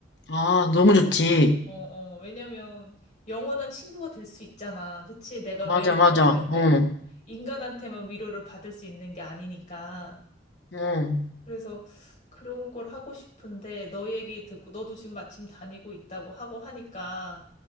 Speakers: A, on the left (about 70°); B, on the left (about 40°).
A: 아, 너무 좋지.
B: 어, 어, 왜냐면 영원한 친구가 될 수 있잖아. 그치? 내가
A: 맞아,
B: 외롭거나
A: 맞아.
B: 이럴 때,
A: 어,
B: 어. 인간한테만 위로를 받을 수 있는 게 아니니까.
A: 어.
B: 그래서 그런 걸 하고 싶은데 너 얘기 듣고 너도 지금 마침 다니고 있다고 하고 하니까